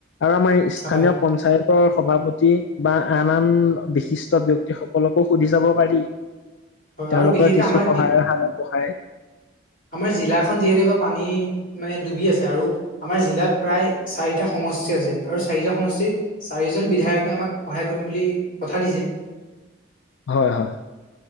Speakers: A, on the left; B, on the left.
A: আৰু আমাৰ স্থানীয়
B: হয়
A: পঞ্চায়তৰ সভাপতি বা আন আন বিশিষ্ট ব্যক্তি সকলকো সুধি চাব পাৰি।
B: <inaudible>
A: তেওঁলোকৰ
B: বিশেষকে
A: কিছু
B: আমাৰ
A: সহায়ৰ হাত আগবঢ়ায়।
B: আমাৰ জিলাখন যিহেতু বা পানীত মানে ডুবি আছে। আৰু আমাৰ জিলাত প্ৰায় চাৰিটা। সমষ্টি আছে আৰু চাৰিটা সমষ্টিৰ চাৰিজন বিধায়কে আমাক সহায় কৰিম বুলি কথা দিছে।
A: হয় হয়।